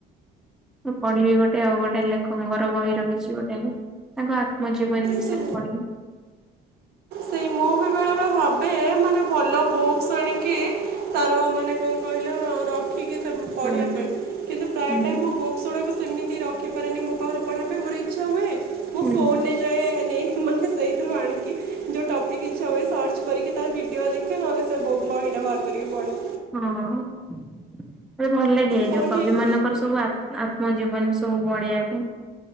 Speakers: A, in the centre; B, on the right.
A: ମୁଁ ପଢିବି ଗୋଟେ ଆଉ ଗୋଟେ ଲେଖଙ୍କର ବହି ରଖିଛି ଗୋଟେ ତାଙ୍କ ଆତ୍ମଜୀବନ ବିଷୟରେ
B: ସେ
A: ପଢ଼ିବି?
B: ସେଇ ମୁଁ ବି ବେଳେବେଳେ ଭାବେ ମାନେ ଭଲ ବୁକ୍ସ ଆଣିକି ତାର ମାନେ କଣ କହିଲ ର ଖିକୀ ପଢିବା
A: ହୁଁ
B: ପାଇଁ କିନ୍ତୁ ପ୍ରାୟ
A: ହୁଁ
B: ଟାଇମ ହ ବୁକ୍ସ ଗୁଡାକ ସେମିତି ରଖିପାରେନି ମୋ ପାଖରେ ପଢିବା ପାଇଁ ମୋର ଇଛା ହୁଏ ମୁଁ
A: ହୁଁ
B: ଫୋନରେ ସେ ନେଇ ମୁଁ ସେଇଥିରୁ ଆଣିକି ଯୋଉ ଟପ ସେ କିଛି ହୁଏ ସର୍ଚ୍ଚ କରିକି ତାର ଭିଡ଼ିଓ ଦେଖେ ନହେଲେ ସେ ବହିଟା ବାହାର କରିକି ପଢେ।
A: ହଁ ଯୋଉ ଭଲ ଲାଗେ
B: ହଉ
A: ଯୋଉ କବି
B: ଠିକ୍
A: ମାନଙ୍କ ତାଙ୍କର ସବୁ ଆତ୍ମ ଜୀବନ ସବୁ ପଢ଼ିଆକୁ